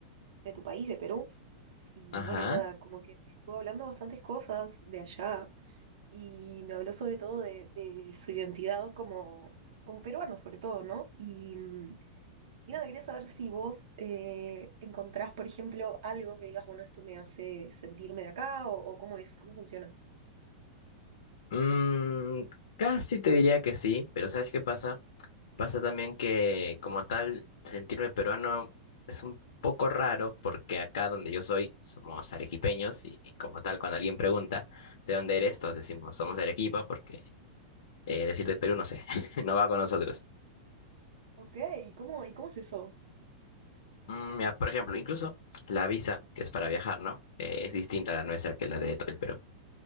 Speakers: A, on the right (about 75°); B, on the left (about 80°).
A: de tu país, de Perú, y
B: ajá.
A: bueno, y nada, como que me estuvo hablando bastantes cosas de allá, y me habló sobre todo de, de su identidad como, como peruano, sobre todo, ¿no? Y, y nada, quería saber si vos eh, encontrás, por ejemplo, algo que digas, bueno, esto me hace sentirme de acá, o, o cómo es, cómo funciona.
B: Mm, casi te diría que sí, pero ¿sabes qué pasa? Pasa también que como tal sentirme peruano es un poco raro porque acá donde yo soy somos arequipeños y como tal cuando alguien pregunta ¿de dónde eres? Todos decimos somos de Arequipa porque eh, decir de Perú no sé, <laughs> no va con nosotros.
A: Ok, ¿y cómo, y cómo es eso?
B: Mm, mira, por ejemplo, incluso la visa que es para viajar, ¿no? Eh, es distinta a la
A: ¿Mm?
B: nuestra que la de todo el Perú.